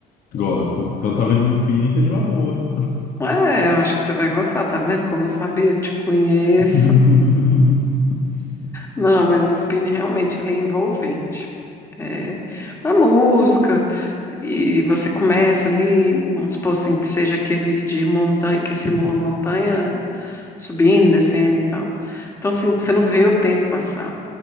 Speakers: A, on the left (about 55°); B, on the left (about 15°).
A: Gosto. Então talvez o spinning seja uma boa.
B: É, eu acho que você vai gostar, tá vendo? Como eu sabia, eu te conheço.
A: <laughs>
B: Não, mas o spinning realmente ele é envolvente. É, a música, e você começa ali, vamos supor assim, que seja aquele de montanha, que simula montanha, subindo, descendo e tal. Então, assim, você não vê o tempo passar.